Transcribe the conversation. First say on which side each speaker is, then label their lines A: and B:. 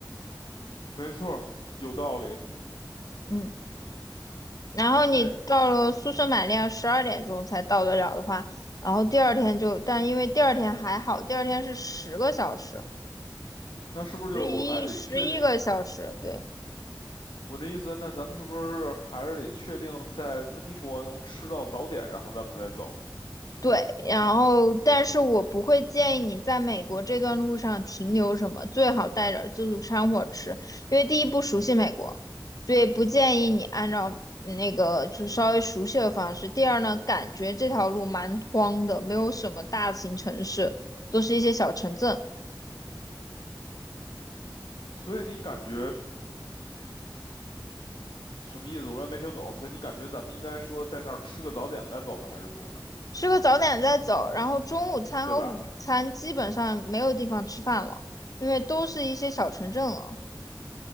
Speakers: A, on the left; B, on the left.
A: 没错儿，有道理。
B: 嗯，然后你到了宿舍玛利亚十二点钟才到得了的话，
A: 那
B: 然后第二天就，但因为第二天还好，第二天是十个小时，
A: 那是不是就是我们还得确定？
B: 十一十一个小时，对，
A: 嗯，我的意思，那咱们是不是还是得确定在温尼伯能吃到早点，然后咱们再走呢
B: 对，然后但是我不会建议你在美国这段路上停留什么，最好带点儿自助餐或者吃，因为第一不熟悉美国，所以不建议你按照那个就稍微熟悉的方式。第二呢，感觉这条路蛮荒的，没有什么大型城市，都是一些小城镇。
A: 所以你感觉什么意思？我刚才没听懂。所以你感觉咱们应该说在那儿吃个早点再走吗？还是不呢？
B: 吃个早点再走，然后中午餐和午餐基本上没有地方吃饭了，
A: 对吧？
B: 因为都是一些小城镇了。